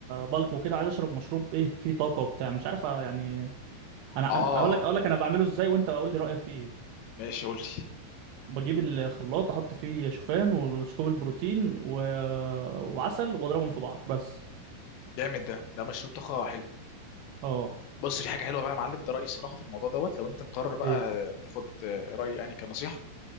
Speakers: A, on the right; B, on the left.
A: بلقو كده عايز اشرب مشروب ايه فيه طاقه وبتاع مش عارف آه، يعني انا
B: اه
A: أنا- اقول لك اقول لك انا بعمله ازاي وانت قول لي رايك فيه ايه
B: ماشي قولي
A: بجيب الخلاط احط فيه شوفان وسكوب البروتين و... وعسل واضربهم في بعض بس
B: جامد ده ده مشروع طاقه حلو
A: اه
B: بص في حاجه حلوه بقى يا معلم ده رايي الصراحه في الموضوع دوت لو انت مقرر بقى
A: ايه
B: تاخد آه، رايي يعني كنصيحه